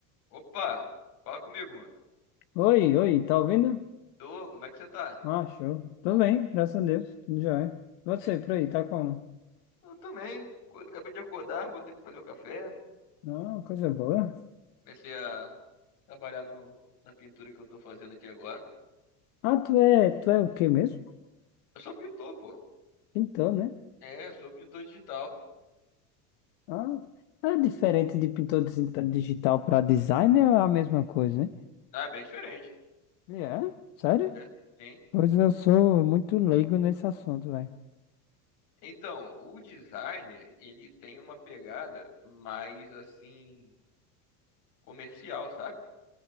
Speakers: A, on the left (about 85°); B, on the left (about 70°).
A: Opa, fala comigo, mano.
B: Oi, oi, tá ouvindo?
A: Tô, como é que você tá?
B: Ah, show. Tudo bem, graças a Deus, tudo jóia. Você,
A: Ei,
B: por aí, tá como?
A: eu também. Co- Acabei de acordar, botei pra fazer o café.
B: Não, coisa boa.
A: Comecei a trabalhar no, na pintura que eu tô fazendo aqui agora.
B: Ah, tu é, tu é o quê mesmo?
A: Eu sou pintor, pô.
B: Pintor, né?
A: É, eu sou pintor digital.
B: Ah, é diferente de pintor disi- digital para designer, é a mesma coisa, hein?
A: Ah, é bem diferente.
B: É? Sério?
A: É, sim.
B: Pois eu sou muito leigo nesse assunto, velho.
A: Então, o designer, ele tem uma pegada mais assim comercial, sabe?